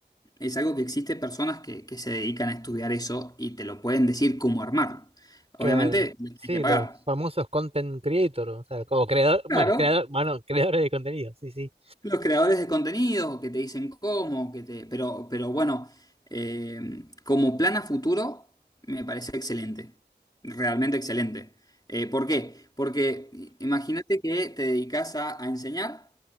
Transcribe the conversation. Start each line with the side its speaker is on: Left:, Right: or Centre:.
Left: es algo que existe personas que, que se dedican a estudiar eso y te lo pueden decir cómo armarlo.
Right: Claro.
Left: Obviamente, les
Right: Sí,
Left: tienes que pagar.
Right: los famosos content creator, o sea, como creador, bueno,
Left: Claro,
Right: creador, bueno, <laughs> creadores de contenido, sí, sí.
Left: Los creadores de contenidos que te dicen cómo, que te, pero, pero bueno, eh, como plan a futuro me parece excelente, realmente excelente. Eh, ¿por qué? Porque imagínate que te dedicas a, a enseñar